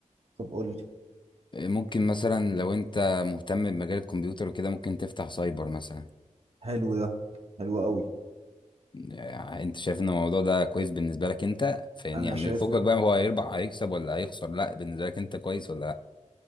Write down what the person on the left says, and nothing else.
آه، ممكن مثلا لو انت مهتم بمجال الكمبيوتر وكده ممكن تفتح سايبر مثلا
آه، انت شايف ان الموضوع ده كويس بالنسبه لك انت فاهمني
يعني
فوقك بقى هو هيربح هيكسب ولا هيخسر لا بالنسبه لك انت كويس ولا لا؟